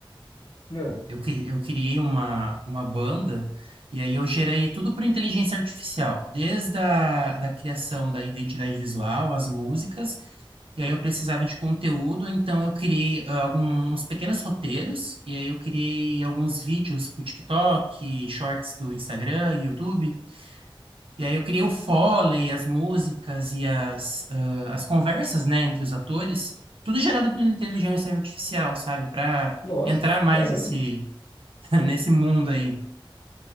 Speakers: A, on the left; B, on the right.
A: Não,
B: eu, cri- eu criei uma, uma banda e aí eu gerei tudo por inteligência artificial, desde a da criação da identidade visual, as músicas, e aí eu precisava de conteúdo, então eu criei ah, alguns pequenos roteiros, e aí eu criei alguns vídeos para o TikTok, shorts do Instagram, YouTube, e aí eu criei o Foley, as músicas e as, ah, as conversas, né, entre os atores, tudo gerado por inteligência artificial, sabe, para
A: nossa,
B: entrar mais
A: caramba.
B: esse <laughs> nesse mundo aí.